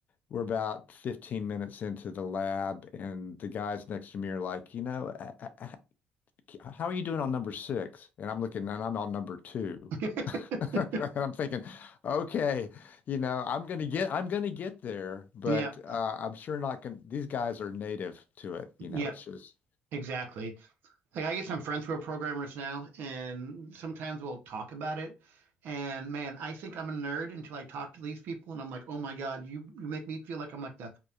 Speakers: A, on the left; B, on the right.
A: we're about 15 minutes into the lab, and the guys next to me are like, you know, I, I, I- how are you doing on number six? And I'm looking, and I'm on number two.
B: <laughs>
A: <laughs> And I'm thinking, okay, you know, I'm gonna get, I'm gonna get there, but
B: Yep.
A: uh, I'm sure not gonna. These guys are native to it, you
B: Yep.
A: know. It's just
B: Exactly. Like I get some friends who are programmers now, and sometimes we'll talk about it. And man, I think I'm a nerd until I talk to these people, and I'm like, oh my God, you you make me feel like I'm like the